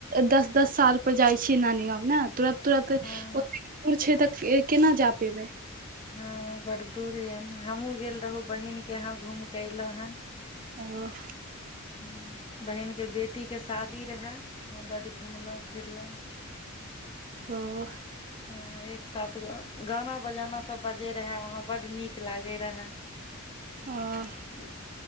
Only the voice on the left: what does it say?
हँ
हँ बड दूर या ने हमहुँ गेल रहौ बहिन के यहाँ घूम के एलौ हन।
हूँ बहिन के बेटी के शादी रहे हँ बड घुमलौ फिरलौ।
हँ एक साथ गाना बजाना सब बजै रहए वहाँ बड्ड नीक लागै रहए।
की